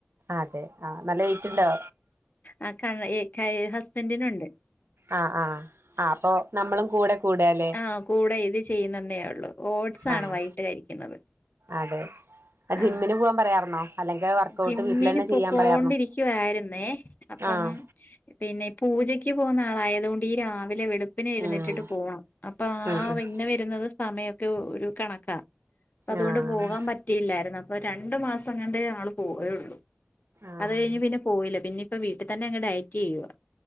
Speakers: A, on the right; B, on the left.
A: അതെ ആഹ് നല്ല വെയിറ്റ് ഉണ്ടോ
B: ആഹ് ക ഏഹ് ക ഹസ്ബന്റിനൊണ്ട്
A: ആഹ് ആഹ് ആഹ് അപ്പൊ നമ്മളും കൂടെ കൂടുകാല്ലേ
B: ആ കൂടെ ഇത് ചെയ്യുന്നന്നേയൊള്ളൂ ഓട്സാണ്
A: ആഹ്
B: വൈകിട്ട് കഴിക്ക്ന്നത്
A: അതെ ജിമ്മിന്
B: ആഹ്
A: പോവാൻ പറയാറുന്നോ അല്ലെങ്കിൽ വർക്കഔട്ട്
B: ജിമ്മിന്
A: വീട്ടിൽ തന്നെ
B: പോക്കോണ്ടിരിക്കുവായിരുന്നേ
A: ചെയ്യാൻ പറയാറുന്നോ
B: അപ്പം
A: ആഹ്
B: പിന്നെ പൂജക്ക് പോകുന്ന ആളായതുകൊണ്ടീ രാവിലെ വെളു പ്പിനെ എഴുന്നേറ്റിട്ട്
A: ഉം
B: പോണം അപ്പൊ ആഹ്
A: ഉം ഉം
B: പിന്നെ വരുന്നത് സമയവൊക്കെ ഒരു കണക്കാ ഇപ്പതുകൊണ്ട്
A: ആഹ്
B: പോകാൻ പറ്റിയില്ലായിരുന്നു അപ്പൊ രണ്ടു മാസം എങ്ങാണ്ടേ ആള് പോയൊള്ളു
A: ആഹ്
B: അത് കഴിഞ്ഞ് പിന്നെ പോയില്ല പിന്നെ ഇപ്പ വീട്ടി തന്നെ അങ്ങ് ഡയറ്റ് ചെയ്യുവാ